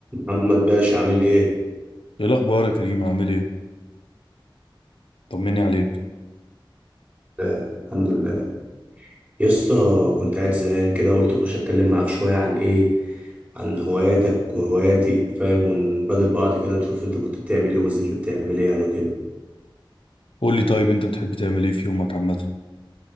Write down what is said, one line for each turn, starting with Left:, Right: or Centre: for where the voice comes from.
Right: محمد باشا عامل ايه
Left: ايه الاخبار يا كريم عامل ايه طمني عليك
Right: آه، الحمد لله يا اسطى كنت قاعد زهقان كده قلت اخش اتكلم معاك شويه عن ايه عن هواياتك وهواياتي فاهم ونبادل بعض كده نشوف انت كنت بتعمل ايه وما زلت بتعمل ايه يعني وكده
Left: قول لي طيب انت بتحب تعمل ايه في يومك عامه